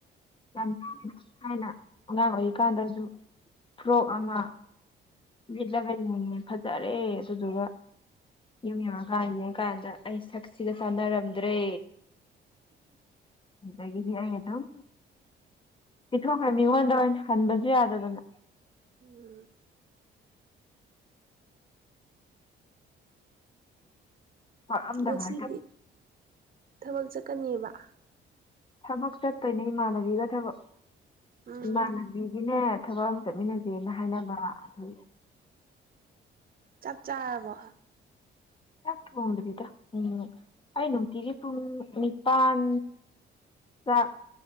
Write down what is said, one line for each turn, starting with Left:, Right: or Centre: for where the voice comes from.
Left: ꯌꯥꯝ ꯍꯥꯏꯅ ꯑꯉꯥꯡ ꯑꯣꯏꯔꯤꯀꯥꯟꯗꯁꯨ ꯐ꯭ꯔꯣꯛ ꯑꯃ ꯂꯤꯠꯂꯒ ꯌꯦꯡꯉꯦ ꯐꯖꯔꯦ ꯑꯗꯨꯗꯨꯒ ꯌꯨꯝ ꯌꯧꯔꯒ ꯌꯦꯡꯉꯀꯥꯟꯗ ꯑꯩ ꯁꯛꯁꯤꯒ ꯆꯥꯟꯅꯔꯝꯗ꯭ꯔꯦ ꯑꯩꯅ ꯑꯗꯨꯝ ꯄꯤꯊꯣꯛꯈ꯭ꯔꯦ ꯃꯤꯉꯣꯟꯗ ꯑꯣꯏꯅ ꯍꯟꯕꯁꯨ ꯌꯥꯗꯗꯅ
Right: ꯎꯝ
Left: ꯑꯍꯟꯕꯗ
Right: ꯉꯁꯤꯗꯤ ꯊꯕꯛ ꯆꯠꯀꯅꯦꯕ
Left: ꯊꯕꯛ ꯆꯠꯇꯣꯏꯅꯦ ꯏꯃꯥꯟꯅꯕꯤꯒ ꯊꯕꯛ
Right: ꯎꯝ
Left: ꯏꯃꯥꯟꯅꯕꯤ ꯕꯤꯒꯤꯅꯦ ꯊꯕꯛ ꯑꯃ ꯆꯠꯃꯤꯟꯅꯁꯦꯅ ꯍꯥꯏꯅꯕ ꯑꯗꯨ
Right: ꯆꯥꯛ ꯆꯥꯔꯕ
Left: ꯌꯥ ꯊꯣꯡꯗ꯭ꯔꯤꯗ ꯎꯝ ꯑꯩ ꯅꯨꯡꯇꯤꯒꯤ ꯄꯨꯡ ꯅꯤꯄꯥꯟ ꯆꯥꯛ